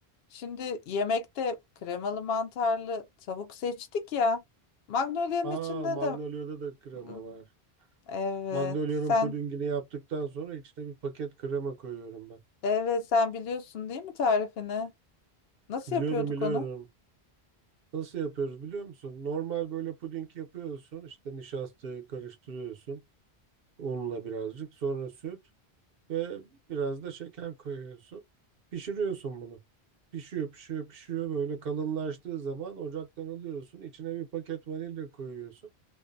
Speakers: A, on the left; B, on the right.
A: Şimdi yemekte kremalı mantarlı tavuk seçtik ya. Magnolia'nın
B: Aa
A: içinde
B: Magnolia'da
A: de
B: da krema
A: Hmm,
B: var.
A: evet
B: Magnolya'nın
A: sen
B: pudingini yaptıktan sonra içine bir paket krema koyuyorum ben.
A: evet sen biliyorsun değil mi tarifini? Nasıl
B: Biliyorum
A: yapıyorduk
B: biliyorum.
A: onu?
B: Nasıl yapıyoruz biliyor musun? Normal böyle puding yapıyorsun. İşte nişastayı karıştırıyorsun. Unla birazcık. Sonra süt ve biraz da şeker koyuyorsun. Pişiriyorsun bunu. Pişiyor pişiyor pişiyor böyle kalınlaştığı zaman ocaktan alıyorsun. İçine bir paket vanilya koyuyorsun.